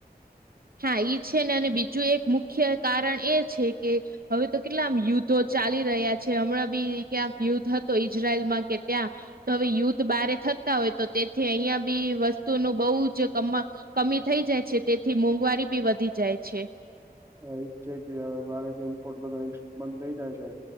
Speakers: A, on the right; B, on the right.
A: હા એઈ છે ને અને બીજું એક મુખ્ય કારણ એ છે કે હવે તો કેટલામ યુદ્ધો ચાલી રહ્યા છે હમણાં બી ક્યાંક યુદ્ધ હતો ઈજરાયલમાં કે ક્યાં તો હવે યુદ્ધ બારે થતા હોય તો તેથી અહિયાં બી વસ્તુનું બહુ જ કમ કમી થઈ જાય છે તેથી મોંઘવારી બી વધી જાય છે.
B: એજ છે કે હવે ભારે ઇમ્પોર્ટ બધો બંધ થઇ જાય છે.